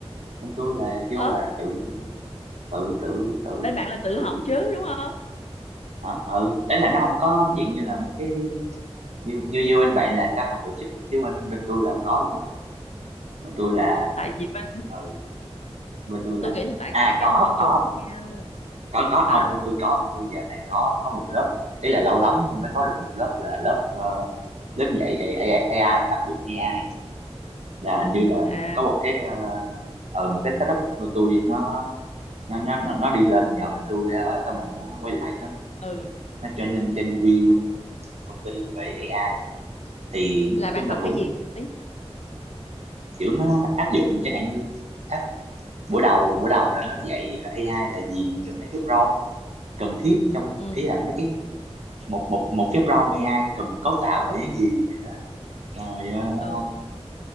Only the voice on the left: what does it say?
ớ
bên bạn là tự
học chứ
đúng không
tại vì bên
tôi nghĩ là tại
hai
cái môi trường
khác nhau
hả
à
ừ
là bạn
học
cái gì Ý,
ừ
ừ